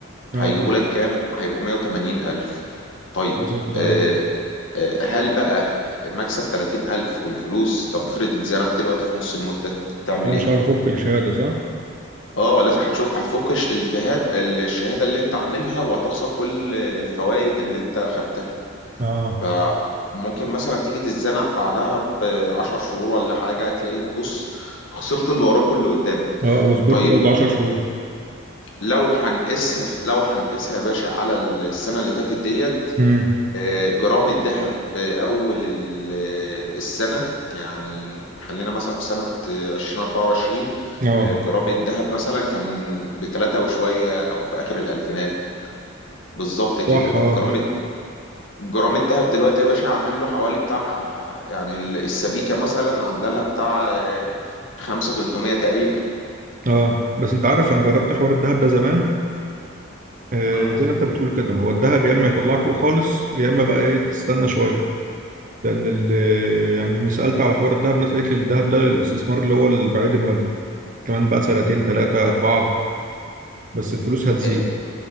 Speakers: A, on the right (about 40°); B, on the left (about 65°).
A: اه
B: هيجيبوا لك كام؟ هيبقوا 180 ألف طيب
A: بالظبط
B: آه،
A: اه
B: آه، هل بقى مكسب 30 ألف والفلوس طب افرض اتزنقت الوقت في نص المدة هتعمل
A: انا
B: إيه؟
A: مش عارف افك الشهاده صح
B: اه لازم هتشوف هتفك الش- الفهاد الشهاده اللي انت عاملها وهتخسر كل الفوائد اللي انت خدتها
A: اه
B: فممكن مثلا تيجي تتزنق بعدها بعشر شهور ولا حاجه هتلاقيك بص خسرت اللي وراك واللي قدامك
A: اه وصبرت
B: طيب
A: برضه 10 شهور
B: لو هنقيسها لو هنقيسها يا باشا على السنه اللي فاتت ديت
A: امم
B: آه، جرام الذهب بأول ال- آه، السنة يعني خلينا مثلا في سنة آه، عشرين أربعة وعشرين
A: اه
B: آه، جرام الذهب مثلا كان بتلاتة وشوية أو في آخر الألفينات بالظبط كده
A: صح اه
B: جرام جرام الذهب دلوقتي يا باشا عامل له حوالي بتاع يعني ال- السبيكة مثلا عاملة لها بتاع آه، خمسة تلتمية تقريبا
A: اه بس انت عارف انا جربت حوار الذهب ده زمان آه
B: مم.
A: زي ما انت بتقول كده هو الذهب يا اما يطلعك فوق خالص يا اما بقى ايه تستنى شويه لان ال- آه، يعني سالت على حوار الذهب ناس قالت لي الذهب ده الاستثمار اللي هو البعيد المدى كمان بقى سنتين ثلاثه اربعه بس الفلوس هتزيد
B: آه،